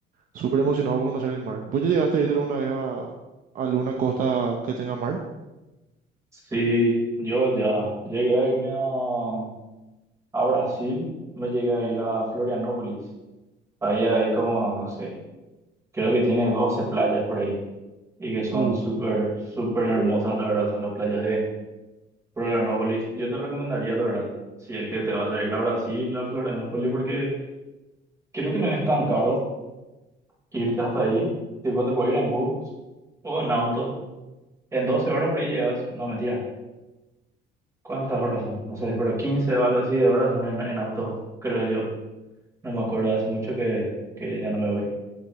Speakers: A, on the right; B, on the right.
A: súper emocionado por conocer el mar. ¿Vos ya llegaste a irte alguna vez a, a alguna costa que tenga mar?
B: Sí, yo ya llegué a irme a, a Brasil, me llegué a ir a Florianópolis. Ahí hay como, no sé, creo que tiene 12 playas por ahí y que son
A: Uh,
B: súper, súper hermosas, la verdad, son las playas de Florianópolis. Yo te recomendaría, la verdad, si es que te vas a ir a Brasil, a Florianópolis, porque creo que no es tan caro irte hasta ahí. Tipo, te puedes ir en bus o en auto. En 12 horas por ahí llegas. No, mentira. ¿Cuántas horas son? No sé, pero 15 o algo así de horas son en, en auto, creo yo. No me acuerdo, hace mucho que, que ya no me voy.